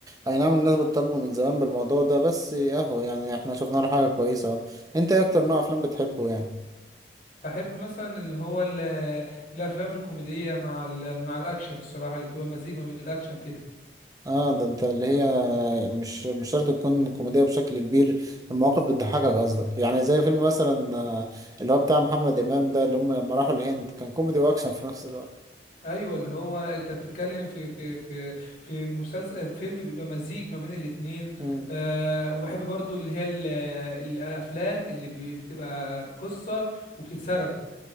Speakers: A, on the right; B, on the left.
A: اي نعم الناس بتطالبه من زمان بالموضوع ده بس اهو يعني احنا شفنا له حاجة كويسة أهو. انت ايه اكتر نوع افلام بتحبه يعني
B: احب مثلا اللي هو ال- الافلام الكوميديه مع ال مع الاكشن الصراحه اللي بتبقى مزيج ما بين الاكشن كده
A: اه ده انت اللي هي مش مش شرط تكون كوميدية بشكل كبير المواقف بتضحكك قصدك يعني زي فيلم مثلا آه، اللي هو بتاع محمد امام ده اللي هم لما راحوا الهند كان كوميدي واكشن في نفس الوقت
B: ايوه اللي هو انت بتتكلم في في في في مسلسل فيلم بيبقى مزيج ما بين الاتنين
A: امم
B: أه وبحب برضو اللي هي ال- الافلام اللي بي- بتبقى قصه وبتتسرد